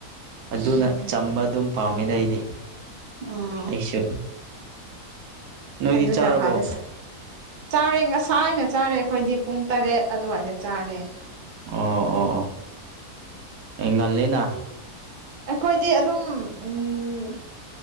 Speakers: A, on the right; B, on the right.
A: ꯑꯗꯨꯅ
B: ꯎꯝ
A: ꯆꯝꯕ ꯑꯗꯨꯝ ꯄꯥꯝꯃꯦꯗ ꯑꯩꯗꯤ
B: ꯑꯣ
A: ꯑꯩꯁꯨ ꯅꯣꯏꯗꯤ
B: ꯑꯗꯨꯅ
A: ꯆꯥꯔꯕꯣ
B: ꯐꯥꯔꯦ ꯆꯥꯔꯦ ꯉꯁꯥꯏꯅ ꯆꯥꯔꯦ ꯑꯈꯣꯏꯗꯤ ꯄꯨꯡ ꯇꯔꯦꯠ ꯑꯗꯨꯋꯥꯏꯗ ꯆꯥꯔꯦ
A: ꯑꯣ ꯑꯣ ꯑꯣ ꯑꯦ ꯉꯜꯂꯦꯅ
B: ꯑꯩꯈꯣꯏꯗꯤ ꯑꯗꯨꯝ ꯎꯝ